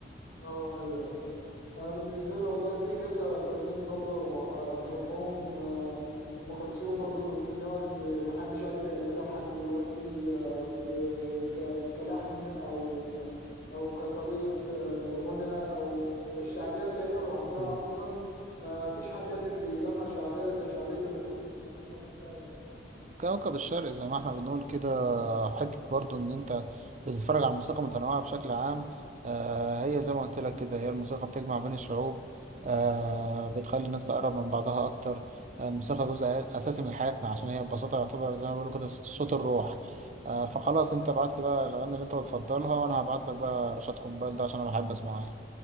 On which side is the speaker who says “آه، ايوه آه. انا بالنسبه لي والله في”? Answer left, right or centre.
Left